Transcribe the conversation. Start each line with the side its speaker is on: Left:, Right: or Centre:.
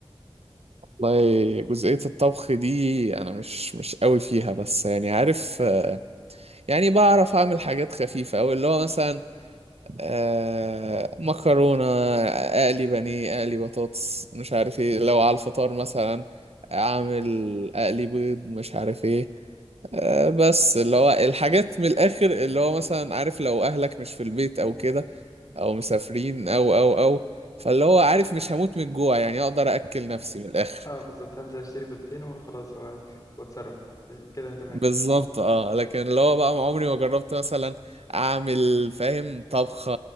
Right: والله جزئية الطبخ دي انا مش مش قوي فيها بس يعني عارف يعني بعرف اعمل حاجات خفيفة او اللي هو مثلا آه مكرونة أقلي بانيه أقلي بطاطس مش عارف ايه لو على الفطار مثلا أعمل أقلي بيض مش عارف ايه آه بس اللي هو الحاجات من الآخر اللي هو مثلا عارف لو أهلك مش في البيت أو كده أو مسافرين أو أو أو فاللي هو عارف مش هموت من الجوع يعني أقدر أأكل نفسي من الآخر
Left: اه بالظبط هنزل اشتري بيضتين وخلاص و- واتصرف ده- كده أنا تمام
Right: بالظبط اه لكن اللي هو بقى ما عمري ما جربت مثلا اعمل فاهم طبخة